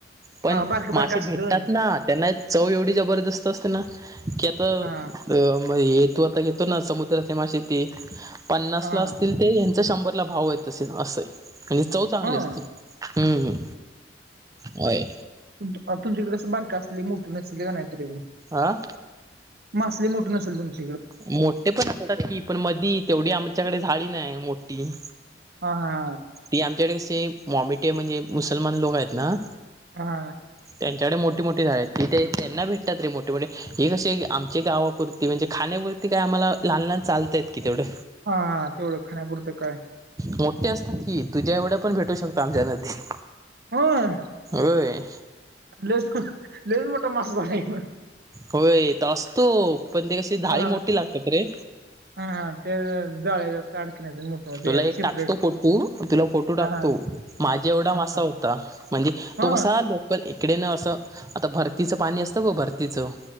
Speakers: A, on the right; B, on the right.
A: पण
B: हा बारक
A: मासे
B: बारक असत
A: भेटतात
B: होय?
A: ना. त्यांना एक चव एवढी जबरदस्त असते ना की आता.
B: हा
A: म हे तू आता घेतो ना समुद्राचे माशीती पन्नास
B: हा
A: ला असतील. ते ह्यांचा शंभरला भाव होेत असेल असं. म्हणजे चव चांगली
B: हा
A: असते. हम्म हम्म होय.
B: तुमकडे कसं बारका असली मोटरी नसतील किंवा नाहीतरी बी.
A: आं.
B: मासे मोठ नसेल तुमची.
A: मोठे पण असतात की, पण मधी तेवढी आमच्याकडे झाली नाही मोठी.
B: हा हा
A: ती आमच्याकडे कशी मॉमिटे म्हणजे मुसलमान लोक आहेत ना.
B: हा
A: त्यांच्याकडे मोठी मोठी जाळे आहेत. ती ते त्यांना भेटतात रे मोठी मोठी. हे कसे आमच्या गावापुरती, म्हणजे खाण्यापुरती काय आम्हाला लहान लहान चालता येत कि तेवढं.
B: हा हा तेवढं खाण्यापुरतं काय.
A: मोठे असतात की, तुझ्या एवढ्या पण भेटू शकता आमच्या नदीत.
B: होय.
A: होय.
B: लेस लेस मोठं मस झाला.
A: होय तर असतो पण ते कशी झाडी
B: हा
A: मोठी लागतेात रे.
B: हा हा ते जाळ्याच्या असं अडकण्याचं मोठं ते
A: तुला एक
B: सेपरेट.
A: टाकतो फोटो तुला फोटो
B: हा
A: टाकतो.
B: हा
A: माझा एवढा माा
B: हा
A: होता म्हणजे
B: हा
A: तो
B: हा
A: कसा लोक. पण इकडेनं असं आता भरतीचं पाणी असतं ग भरतीचं.